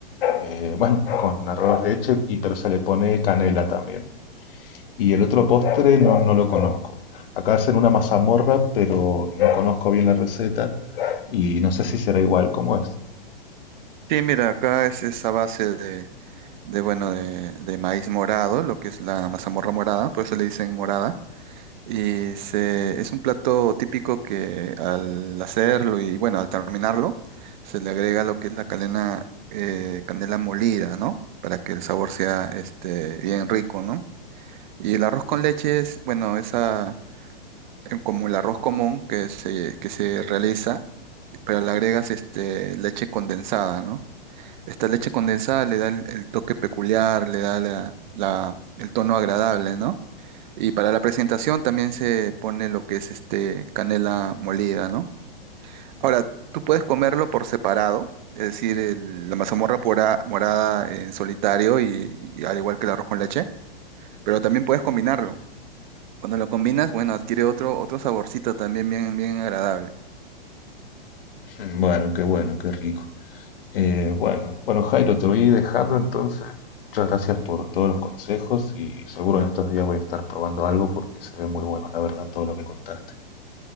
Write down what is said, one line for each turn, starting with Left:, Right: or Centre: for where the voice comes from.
Left: eh, bueno, con arroz leche, y, pero se le pone canela también. Y el otro postre no, no lo conozco. Acá hacen una mazamorra, pero no conozco bien la receta y no sé si será igual, ¿cómo es?
Right: Sí, mira, acá es esa base de de bueno, de, de maíz morado, lo que es la mazamorra morada, por eso le dicen morada. Y se, es un plato típico que al hacerlo y bueno, al terminarlo, se le agrega lo que es la calena, eh, candela molida, ¿no? Para que el sabor sea este, bien rico, ¿no? Y el arroz con leche es, bueno, esa, eh, como el arroz común que se, que se realiza, pero le agregas este, leche condensada, ¿no? Esta leche condensada le da el, el toque peculiar, le da la- la- el tono agradable, ¿no? Y para la presentación también se pone lo que es este canela molida, ¿no? Ahora, tú puedes comerlo por separado, es decir, el- la mazamorra pora- morada en solitario y, y al igual que el arroz con leche, pero también puedes combinarlo. Cuando lo combinas, bueno, adquiere otro, otro saborcito también bien, bien agradable.
Left: Mm, Bueno, qué bueno, qué rico. Eh, bueno, bueno Jairo, te voy dejando entonces. Muchas gracias por todos los consejos y seguro en estos días voy a estar probando algo porque se ve muy bueno, la verdad, todo lo que contaste.